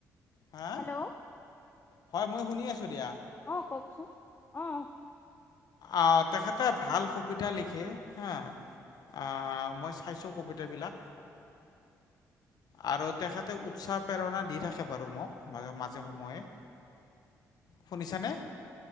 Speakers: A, on the left; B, on the left.
A: হা
B: হেল্ল'
A: হয়, মই শুনি আছো দিয়া।
B: অহ, কওকচোন? অহ,
A: আহ তেখেতে ভাল কবিতা লিখে, হা আহ মই চাইছো কবিতাবিলাক। আৰু তেখেতে উৎসাহ প্ৰেৰণা দি থাকে বাৰু মোক মাজে সময়ে। শুনিছা নে?